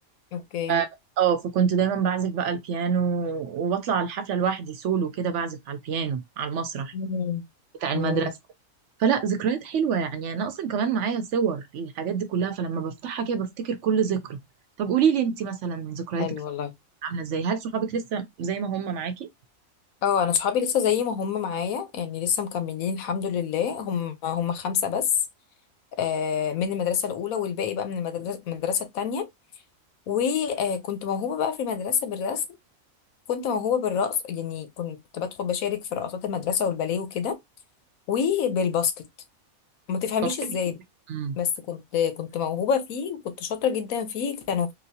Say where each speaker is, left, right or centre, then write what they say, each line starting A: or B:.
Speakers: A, on the left; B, on the right.
A: اوكي
B: ف- اه فكنت دايما بعزف بقى البيانو وبطلع الحفله لوحدي سولو كده بعزف على البيانو على المسرح
A: امم
B: بتاع المدرسه
A: امم
B: فلا ذكريات حلوة يعني أنا أصلا كمان معايا صور الحاجات دي كلها فلما بفتحها كده بفتكر كل ذكرى طب قولي لي أنت مثلا ذكرياتك
A: حلو والله
B: عاملة إزاي هل صحابك لسه زي ما هم معاكي؟
A: اه انا صحابي لسه زي ما هم معايا يعني لسه مكملين الحمد لله هم هم خمسه بس آه، من المدرسة الأولى والباقي بقى من المدرسة المدرسة التانية وكنت موهوبة بقى في المدرسة بالرسم كنت موهوبة بالرقص يعني كنت بدخل بشارك في رقصات المدرسة والباليه وكده وبالباسكت ما تفهميش
B: صح
A: ازاي
B: امم
A: بس كنت كنت موهوبة فيه وكنت شاطرة جدا فيه كانوا